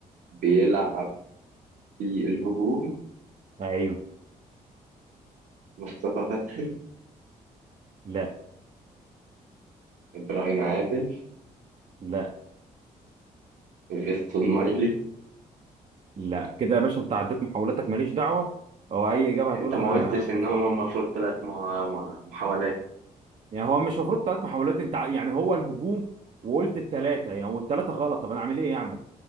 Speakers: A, on the right (about 65°); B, on the right (about 35°).
A: بيلعب في الهجوم
B: ايوه
A: مصطفى فتحي
B: لا
A: إبراهيم عادل
B: لا
A: فيستون مايلي
B: لا كده يا باشا انت عديت محاولاتك ماليش دعوة هو اي اجابة هتقولها
A: أنت ما
B: ما
A: قلتش
B: خسر
A: إن هما المفروض ثلاث مع... مع... محاولات
B: يعني هو مش المفروض ثلاث محاولات انت ع- يعني هو الهجوم وقلت الثلاثة يعني والثلاثة غلط طب انا اعمل ايه يعني